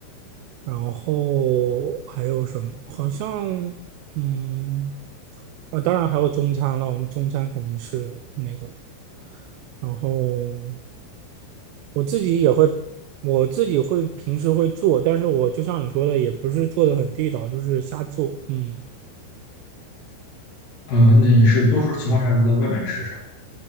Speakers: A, on the right; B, on the left.
A: 然后还有什么？好像，嗯，啊，当然还有中餐了，我们中餐肯定是那个，然后我自己也会，我自己会平时会做，但是我就像你说的，也不是做的很地道，就是瞎做，嗯，
B: 嗯，那你是多数情况下都在外面吃什么？